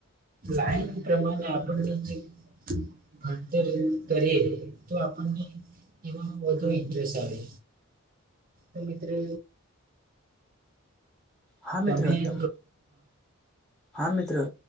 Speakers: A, on the right; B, in the centre.
A: લાઈન પ્રમાણે આપણને જે ભારતી કરેલ તો આપણ એમાં વધુ ઇન્ટરેસ્ટ આવે તો મિત્રો
B: હા
A: તમે
B: મિત્ર
A: <inaudible>
B: તમ હા મિત્રો